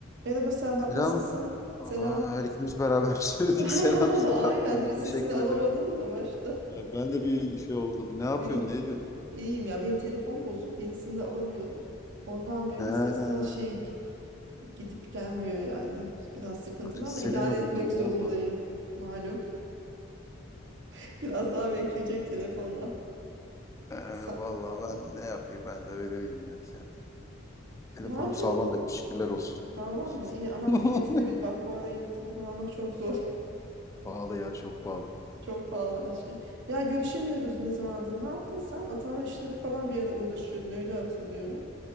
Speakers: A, on the right; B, on the left.
A: Merhaba Serhat,
B: Selam.
A: nasılsın?
B: Aa,
A: Selam.
B: her ikimiz beraber <laughs> söyledik.
A: <laughs>
B: Selam selam.
A: Aynen
B: İyiyim,
A: bir sesini
B: teşekkür
A: alamadım
B: ederim.
A: da başta.
B: Ya Ben de bir şey oldum. Ne yapıyorsun?
A: Benim
B: Ne ediyorsun?
A: iyiyim ya. Benim telefon bozuk. Yenisini de alamıyorum. Ondan böyle
B: Ha,
A: sesler şey gidip gelmiyor yani. Biraz sıkıntılı
B: kriz
A: ama idare
B: seni mi
A: etmek
B: vurdun?
A: zorundayım.
B: Ne oldu?
A: Malum. <laughs> Biraz daha bekleyecek telefonla.
B: Ee,
A: Sa-
B: vallahi ben ne yapayım? Ben de öyleyim yani sen. Telefonum
A: ne yapıyor?
B: sağlam benim. Şükürler olsun.
A: Sağlam mı? İyi aman
B: <laughs>
A: kıymetini bil. Bak bu ara yeni bir telefon almak çok zor.
B: Pahalı ya çok pahalı.
A: <laughs> Çok pahalı her şey. Ya görüşemiyoruz ne zamandır. Ne yaptın sen? Atama işleri falan bir ara uğraşıyordun. Öyle hatırlıyorum.